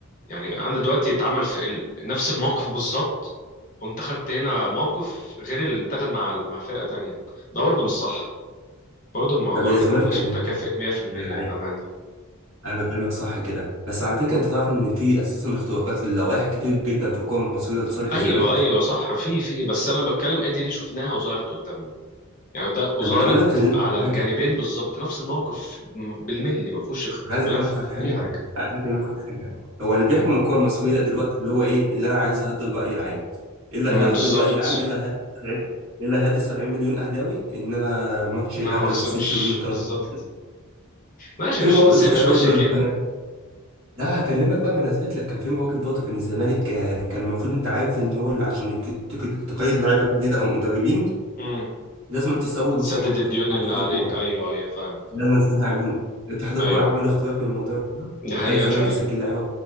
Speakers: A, on the left; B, on the right.
A: يعني انا دلوقتي اتعمل في ال... نفس الموقف بالظبط وانت خدت هنا موقف غير اللي اتاخد مع مع فرقه تانية ده برضه مش صح برضه الموضوع
B: طب يا
A: كده
B: الزمالك
A: مبقاش
B: كان
A: متكافئ 100%
B: انا عا-
A: بامانه
B: أنا بكلمك صح كده بس على فكره انت تعرف ان في اساسا اختراقات للوائح كتير جدا في الكوره المصريه لصالح
A: ايوه
B: الزمالك
A: ايوه صح في في بس انا بتكلم ايه دي اللي شفناها وظهرت قدامنا يعني ده وظهرت
B: طب ما انا اقول لك أنا
A: على الجانبين
B: ليه
A: بالظبط نفس الموقف بالملي ما فيهوش اختلاف
B: انا عايز اكلمك
A: في
B: في حاجه
A: اي حاجه
B: عايز اكلمك في حاجه هو اللي
A: مم.
B: بيحكم الكوره المصريه دلوقتي اللي هو ايه اللي انا عايز اهدي الراي العام ايه اللي
A: مم،
B: هيهدي
A: بالظبط
B: الراي العام ايه اللي هيهدي سبعين- ايه اللي هيهدي 70 مليون اهلاوي ان انا ماتش
A: انا
B: الاهلي
A: ما اخصمش
B: ما خصمش منه ثلاث
A: بالظبط
B: نقط
A: ماشي
B: في
A: ماشي
B: مواقف
A: بس
B: زي
A: هي مش ماشيه
B: برضه لما
A: كده
B: كان لا هكلمك بقى ما انا اثبت لك كان في مواقف برضه كان الزمالك آه، كان المفروض انت عارف ان هو اللي عشان يك- تك- تقيد لعيبه جديده او مدربين
A: مم.
B: لازم أن تسوي مستحقات
A: سدد الديون
B: مع
A: اللي
B: اتحاد
A: عليك
B: الكوره
A: ايوه ايوه فاهم
B: لازم تسد عجين. اتحاد الكوره
A: ايوه
B: عامل اختراق للموضوع ده،
A: دي
B: وخلي
A: حقيقة
B: الزمالك
A: فعلا
B: يسجل لعيبه